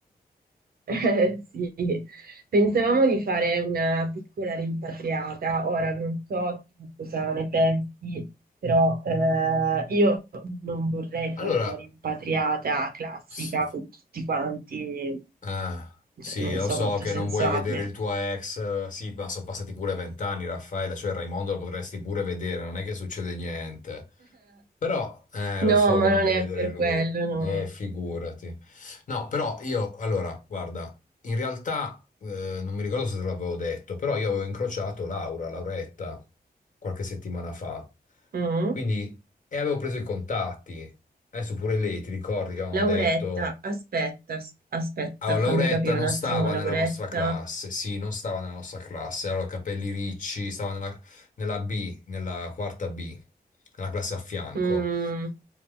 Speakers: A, on the right (about 70°); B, on the left (about 55°).
A: <laughs> Eh, Sì, pensavamo di fare una piccola rimpatriata. Ora non so tu cosa ne pensi, però eh, io non vorrei
B: Allora,
A: fare una rimpatriata classica
B: s-
A: con tutti quanti.
B: ah, sì,
A: Non
B: lo
A: so
B: so
A: quanto
B: che
A: senso
B: non vuoi
A: abbia.
B: vedere il tuo ex, eh, sì, ma sono passati pure vent'anni, Raffaella, cioè Raimondo lo potresti pure vedere, non è che succede niente. Però, eh,
A: No,
B: lo so
A: ma
B: che non
A: non
B: vuoi
A: è
B: vedere
A: per
B: lui,
A: quello, no.
B: eh, figurati. No, però io, allora, guarda, in realtà, eh, non mi ricordo se te l'avevo detto, però io avevo incrociato Laura, Lauretta, qualche settimana fa.
A: Mm.
B: Quindi, e avevo preso i contatti. Adesso pure lei, ti ricordi che avevano
A: Lauretta,
B: detto,
A: aspetta, as- aspetta,
B: ah, Lauretta
A: fammi capire
B: non
A: un attimo,
B: stava
A: Lauretta.
B: nella nostra classe, sì, non stava nella nostra classe, allora capelli ricci, stava nella nella B, nella quarta B, nella classe a fianco.
A: Mm,